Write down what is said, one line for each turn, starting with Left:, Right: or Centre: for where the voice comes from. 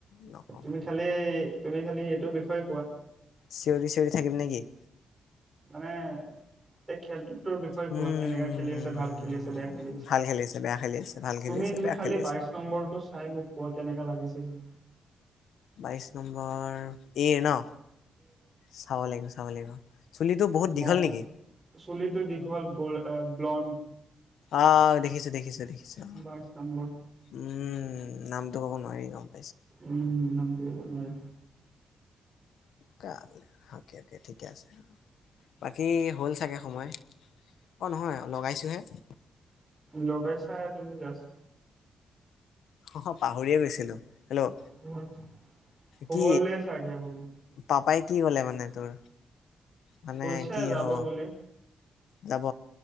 Left: নকওঁ
Right: তুমি খালি তুমি খালি এইটো বিষয়ে কোৱা
Left: চিঞৰি চিঞৰি থাকিম নেকি?
Right: মানে এই খেলটো। তোৰ বিষয়ে
Left: উম
Right: কোৱা এনেকাে খেলি আছে ভাল খেলি আছে বেয়া খেলি আছে।
Left: ভাল খেলি বেয়া খেলি ভাল খেলি
Right: তুমি
Left: আছে
Right: তুমি
Left: বেয়া
Right: খালি
Left: খেলি আছে
Right: বাইশ নম্বৰটো চাই মোক কোৱা কেনেকা লাগিছে সি।
Left: বাইশ নম্বৰ এৰ ন চাব লাগিব চাব লাগিব চুলিটো বহুত
Right: ম
Left: দীঘল নেকি
Right: চলিতো দীঘল গল ব্লণ্ড।
Left: অঁহ দেখিছোঁ দেখিছোঁ দেখিছোঁ
Right: বাইশ নম্বৰ
Left: উম নামটো ক'ব নোৱাৰি ন
Right: উম নামতো ক'ব নোৱাৰি
Left: তা সাকে এতিযা ঠিকে আছে বাকী হ'ল চাগে সময়। অঁহ নহয় লগাইছোঁহে।
Right: লগাইছা হে তুমি জাষ্ট।
Left: অহ পাহৰিয়ে গৈছিলো। হেল্ল'
Right: হল হলে
Left: কি
Right: চাগে আকোনো
Left: পাপাই কি ক'লে মানে তোৰ। মানে
Right: কৈছে
Left: কি
Right: যাব
Left: হ'ব
Right: বুলি।
Left: যাব।